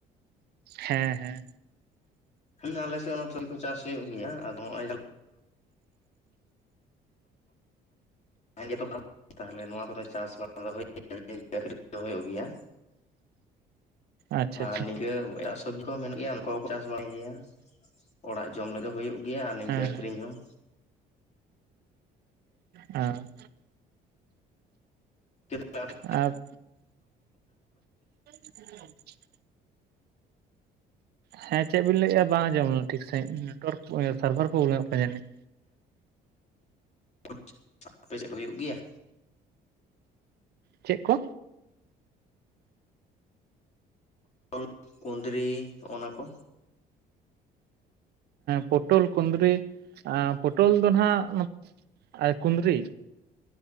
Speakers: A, on the right; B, on the left.
A: ᱦᱮᱸ ᱦᱮᱸ
B: ᱦᱮᱸ ᱟᱞᱮ ᱥᱮᱫ ᱦᱚ ᱱᱚᱛᱮ ᱠᱚ ᱪᱟᱥ ᱦᱚᱭᱳᱜ ᱜᱮᱭᱟ ᱟᱫᱚ <inaudible> <inaudible> ᱛᱟᱦᱚᱞᱮ ᱱᱚᱣᱟ ᱠᱚᱫᱚ ᱪᱟᱥᱵᱟᱥ <inaudible> <inaudible> ᱦᱚᱭᱳᱜ ᱜᱮᱭᱟ
A: ᱟᱪᱪᱷᱟ
B: ᱟᱨ
A: ᱟᱪᱪᱷᱟ
B: ᱱᱤᱝᱠᱟᱹ ᱮᱴᱟᱜ ᱥᱚᱵᱡᱤ ᱦᱚᱸ ᱢᱮᱱᱟᱜ ᱜᱮᱭᱟ ᱩᱱᱠᱩ ᱦᱚᱸᱠᱚ ᱪᱟᱥ ᱵᱟᱭ ᱜᱮᱭᱟ ᱚᱲᱟᱜ ᱡᱚᱢ ᱞᱟᱹᱜᱤᱫ ᱦᱚ ᱦᱚᱭᱳᱜ ᱜᱮᱭᱟ ᱟᱨ ᱱᱤᱝᱠᱟᱹ
A: ᱦᱮᱸ
B: ᱟᱠᱷᱨᱤᱧ ᱦᱚᱸ
A: ᱦᱮ
B: <inaudible>
A: ᱟᱯ <unintelligible> ᱦᱮᱸ ᱪᱮᱫ ᱵᱤᱱ ᱞᱟᱹᱭᱮᱜ-ᱟ ᱵᱟᱝ ᱟᱸᱡᱚᱢ ᱞᱮᱱᱟ ᱴᱷᱤᱠ ᱥᱟᱦᱤᱡ ᱱᱮᱴᱳᱣᱟᱨᱠ ᱥᱟᱨᱵᱷᱟᱨ ᱯᱨᱚᱵᱞᱮᱢᱚᱜ ᱠᱟᱱᱟ ᱡᱟᱹᱱᱤᱡ
B: <inaudible> ᱯᱮ ᱥᱮᱫ ᱦᱩᱭᱩᱜ ᱜᱮᱭᱟ
A: ᱪᱮᱫ ᱠᱚ?
B: ᱚᱞ ᱠᱩᱸᱫᱽᱨᱤ ᱱᱚᱜᱚ ᱱᱟ ᱠᱚ
A: ᱯᱚᱴᱚᱞ ᱠᱩᱸᱫᱽᱨᱤ ᱯᱚᱴᱚᱞ ᱫᱚ ᱱᱟᱜ ᱠᱩᱸᱫᱽᱨᱤ